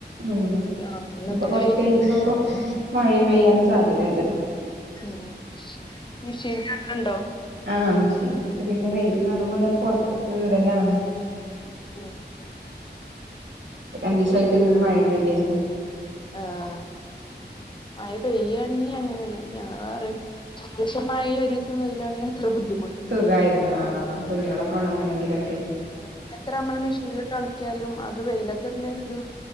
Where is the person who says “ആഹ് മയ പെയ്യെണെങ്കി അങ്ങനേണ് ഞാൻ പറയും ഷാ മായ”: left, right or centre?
Left